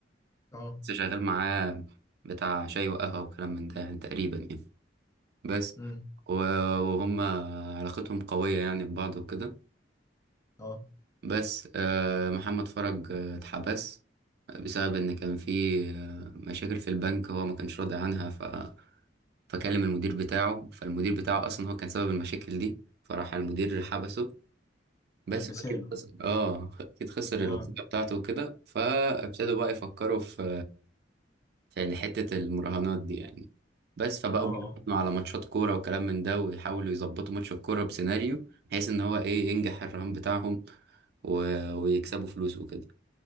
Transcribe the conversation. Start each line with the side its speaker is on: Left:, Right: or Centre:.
Left: اه
Right: بس شغال معاه بتاع شاي وقهوة وكلام من ده يعني تقريبا يعني بس
Left: امم
Right: و- وهم علاقتهم قوية يعني ببعض وكده
Left: اه
Right: بس آه، محمد فرج آه، اتحبس بسبب ان كان في مشاكل في البنك هو ما كانش راضي عنها ف فكلم المدير بتاعه فالمدير بتاعه اصلا هو كان سبب المشاكل دي فراح المدير حبسه بس
Left: لبساله
Right: اكيد خسر اه اكيد خسر
Left: اه
Right: الوظيفه بتاعته وكده فابتدوا بقى يفكروا في في حته المراهنات دي يعني بس فبقوا
Left: اه
Right: بيراهنوا
Left: اه
Right: على ماتشات كوره وكلام من ده ويحاولوا يظبطوا ماتش الكوره بسيناريو بحيث ان هو ايه ينجح الرهان بتاعهم و... ويكسبوا فلوس وكده